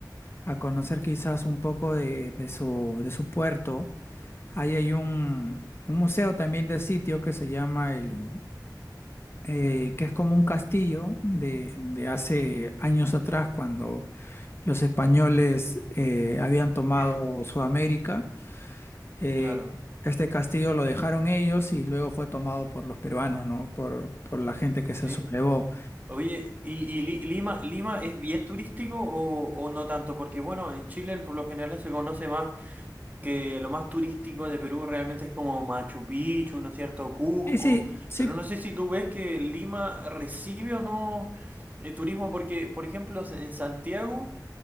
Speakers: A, on the left; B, on the right.
A: a conocer quizás un poco de, de su, de su puerto. Ahí hay un, un museo también de sitio que se llama el... eh, que es como un castillo de, de hace años atrás cuando los españoles eh, habían tomado
B: <clears throat>
A: Sudamérica Eh,
B: Claro.
A: este castillo lo dejaron ellos y luego fue tomado por los peruanos, ¿no? Por, por la gente que se
B: Sí.
A: sublevó.
B: Oye, ¿y, y Li- Lima, Lima es bien turístico o, o no tanto? Porque bueno, en Chile por lo general se conoce más que lo más turístico de Perú realmente es como Machu Picchu, ¿no es cierto? Cusco,
A: Sí, sí, sí,
B: pero no sé si tú ves que Lima recibe o no el turismo, porque, por ejemplo, en Santiago